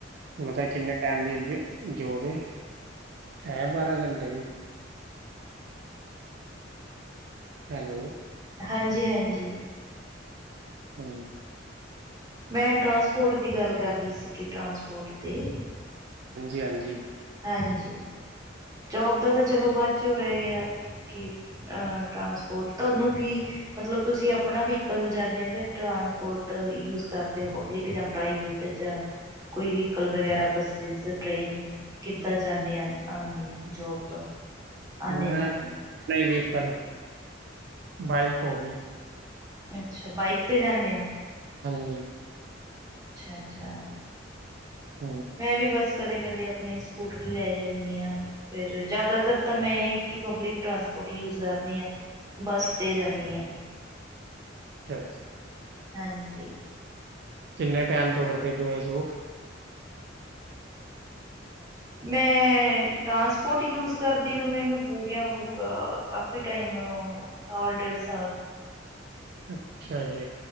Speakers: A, on the right (about 60°); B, on the right (about 20°).
A: ਮਤਾ ਕਿੰਨੇ ਟੈਮ ਦੀ 'ਚ ਜੋਬ ਏ। ਹੈ ਬਾਰਾਂ ਘੰਟੇ ਦੀ। ਹੈਲੋ
B: ਹਾਂਜੀ ਹਾਂਜੀ
A: ਹੂੰ
B: ਮੈਂ ਟਰਾਂਸਪੋਰਟ ਦੀ ਗੱਲ ਕਰਦੀ ਸੀ। ਕੀ ਟਰਾਂਸਪੋਰਟ ਤੇ-
A: ਹਾਂਜੀ ਹਾਂਜੀ
B: ਹਾਂਜੀ। ਜੋਬ ਦਾ ਤਾਂ ਚਲੋ ਬਾਦ 'ਚ ਓ ਰੈ ਗਿਆ ਕਿ- ਅਹ ਟਰਾਂਸਪੋਰਟ ਤਾਨੂੰ ਕੀ- ਮਤਲਬ ਤੁਸੀਂ ਆਪਣਾ ਵਹੀਕਲ ਜਾਂਦੇ ਓ ਜਾਂ ਟਰਾਂਸਪੋਰਟ ਯੂਜ ਕਰਦੇ ਓ ਪਬਲਿਕ ਜਾਂ ਪ੍ਰਵੇਟ? ਜਾਂ ਕੋਈ ਵੀਕਲ ਵਗੈਰਾ ਬੱਸਿਸ, ਟ੍ਰੇਨ। ਕਿੱਦਾਂ ਜਾਂਦੇ ਆਂ ਆਂਦੇ ਓ ਜੋਬ ਤੋਂ? ਆਨੇ
A: ਮੈਂ
B: ਜਾਂਦੇ ਹੋ
A: ਨਈ ਵੀਹਕਲ ਓ ਬਾਈਕ ਹੋ ਗਈ।
B: ਅੱਛਾ ਬਾਈਕ ਤੇ ਜਾਂਨੇ ਓ।
A: ਹਾਂਜੀ
B: ਅੱਛਾ ਅੱਛਾ
A: ਹੂੰ
B: ਮੈਂ ਵੀ ਬੱਸ ਕਦੇ -ਕਦੇ ਆਪਣੇ ਸਕੂਟਰੀ ਲੈ ਜਾਂਨੀ ਆਂ। ਫੇਰ ਜਿਆਦਾਤਰ ਤਾਂ ਮੈਂ ਇਕ ਈ ਪਬਲਿਕ ਟਰਾਂਸਪੋਰਟ ਯੂਜ ਕਰਦੀ ਆਂ। ਬੱਸ ਤੇ ਜਾਂਨੀ ਆਂ
A: ਚਲ
B: ਹਾਂਜੀ
A: ਕਿੰਨੇ ਟੈਮ ਤੋਂ ਕਰਦੇ ਪਏ ਓ ਏ ਜੋਬ
B: <inaudible> ਮੈਂ ਟਰਾਂਸਪੋਰਟ ਯੂਸ ਕਰਦੀ ਨੂੰ ਮੈਨੂੰ ਹੋ ਗਿਆ ਹੋਊਗਾ ਕਾਫੀ ਟਾਈਮ ਅ- ਸਾਲ ਡੇਢ ਸਾਲ-
A: ਅੱਛਾ ਜੀ